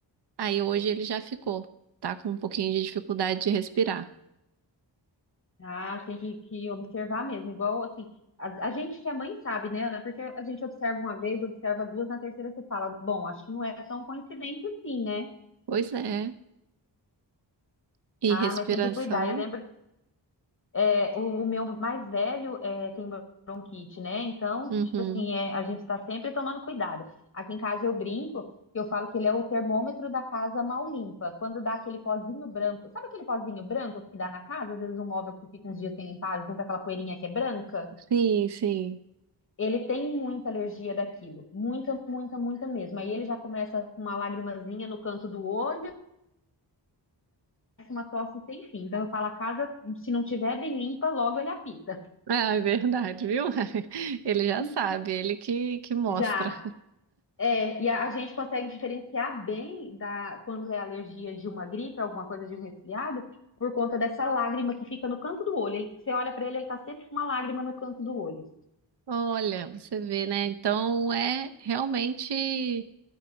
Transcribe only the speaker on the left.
Ah, tem que, que observar mesmo. Igual, assim, a, a gente que é mãe sabe, né, Ana? Porque a gente observa uma vez, observa duas, na terceira você fala, bom, acho que não é tão coincidente assim, né?
Ah,
mas tem que cuidar. Eu lembro É, o, o meu mais velho é, tem bronquite, né? Então,
tipo assim, é, a gente está sempre tomando cuidado. Aqui em casa eu brinco, que eu falo que ele é o termômetro da casa mal limpa. Quando dá aquele pozinho branco, sabe aquele pozinho branco que dá na casa? Às vezes um móvel que fica uns dias sem limpar, junto aquela poeirinha que é branca.
Ele tem muita alergia daquilo, muita, muita, muita mesmo. Aí ele já começa com uma lagrimazinha no canto do olho, começa uma tosse sem fim. Então eu falo, a casa, se não tiver bem limpa, logo ele apita.
<laughs>
Já É, e a, a gente consegue diferenciar bem da quando é alergia de uma gripe, alguma coisa de um resfriado, por conta dessa lágrima que fica no canto do olho. Ele, você olha pra ele, ele tá sempre com uma lágrima no canto do olho.